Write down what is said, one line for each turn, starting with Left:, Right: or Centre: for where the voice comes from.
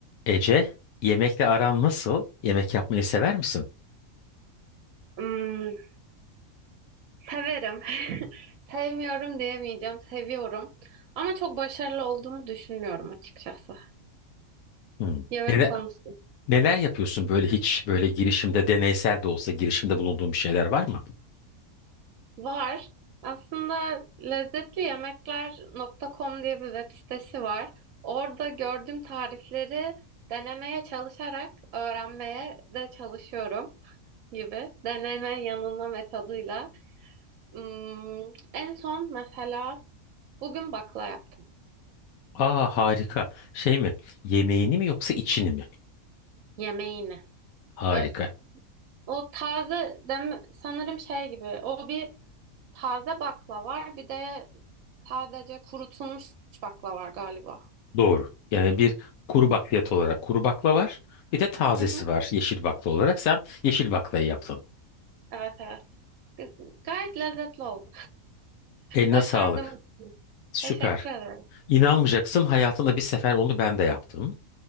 Left: Ece, yemekle aran nasıl? Yemek yapmayı sever misin?
Right: Hmm, severim. <laughs> Sevmiyorum diyemeyeceğim. Seviyorum. Ama çok başarılı olduğumu düşünmüyorum açıkçası.
Left: Hmm.
Right: Yemek
Left: Neler,
Right: konusu
Left: neler yapıyorsun böyle hiç böyle girişimde deneysel de olsa girişimde bulunduğun bir şeyler var mı?
Right: var. Aslında lezzetliYemekler nokta com diye bir web sitesi var. Orada gördüğüm tarifleri denemeye çalışarak öğrenmeye de çalışıyorum gibi. Deneme yanılma metoduyla. Hmm, en son mesela bugün bakla yaptım.
Left: Aa harika. Şey mi? Yemeğini mi yoksa içini mi?
Right: Yemeğini.
Left: Harika.
Right: Ö- O taze dem sanırım şey gibi. O bir taze bakla var. Bir de sadece kurutulmuş bakla var galiba.
Left: Doğru. Yani bir kuru bakliyat olarak kuru bakla var. Bir de tazesi
Right: Hı hı.
Left: var yeşil bakla olarak. Sen yeşil baklayı yaptın.
Right: Evet evet. Gü- Gayet lezzetli oldu.
Left: Eline
Right: Başardım.
Left: sağlık. Süper.
Right: Teşekkür ederim.
Left: İnanmayacaksın hayatımda bir sefer onu ben de yaptım.